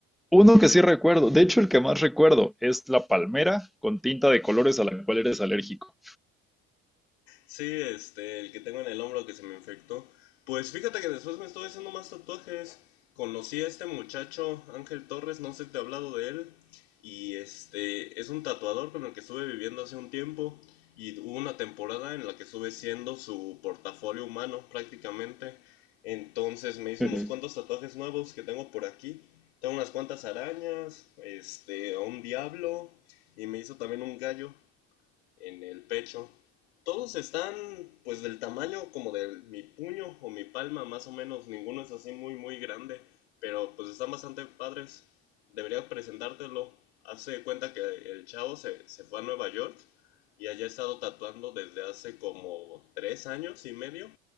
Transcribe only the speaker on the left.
Sí, este, el que tengo en el hombro que se me infectó. Pues fíjate que después me estuve haciendo más tatuajes. Conocí a este muchacho, Ángel Torres, no sé si te he hablado de él. Y este, es un tatuador con el que estuve viviendo hace un tiempo. Y hubo una temporada en la que estuve siendo su portafolio humano prácticamente. Entonces me hizo
unos cuantos tatuajes nuevos que tengo por aquí. Tengo unas cuantas arañas, este, a un diablo. Y me hizo también un gallo en el pecho. Todos están pues del tamaño como de mi puño o mi palma más o menos, ninguno es así muy muy grande, pero pues están bastante padres. Debería presentártelo. Hace de cuenta que el chavo se, se fue a Nueva York y allá ha estado tatuando desde hace como tres años y medio.